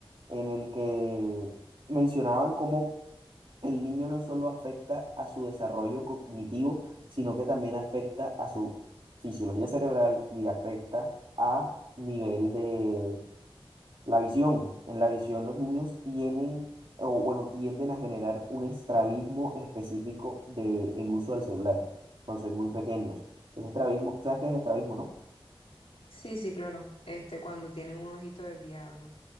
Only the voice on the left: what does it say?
Sí, sí, claro. Este, cuando tienen un ojito desviado, ¿no?